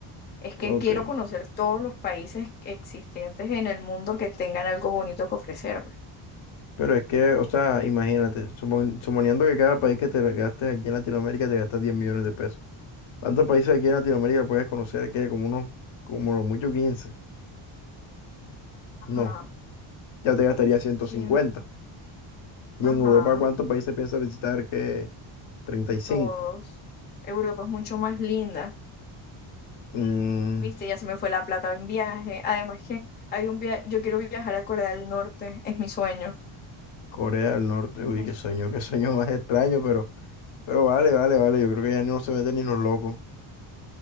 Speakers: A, on the left; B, on the left.
A: es que
B: ok.
A: quiero conocer todos los países existentes en el mundo que tengan algo bonito que ofrecerme.
B: Pero es que, o sea, imagínate, supon- suponiendo que cada país que te gastes aquí en Latinoamérica te gastas 10 millones de pesos. ¿Cuántos países aquí en Latinoamérica puedes conocer? que Como unos, como lo mucho 15.
A: Ajá,
B: No, ya te gastaría ciento
A: sí,
B: cincuenta. ¿Y
A: ajá,
B: en Europa cuántos países piensas visitar? que 35.
A: todos. Europa es mucho más linda.
B: Mm,
A: Viste, ya se me fue la plata en viaje. Además que hay un viaje, yo quiero viajar a Corea del Norte, es mi sueño.
B: Corea del Norte,
A: Es
B: uy,
A: mi-
B: qué sueño, qué sueño <laughs> más extraño, pero, pero vale, vale, vale. Yo creo que ya no se meten ni los locos.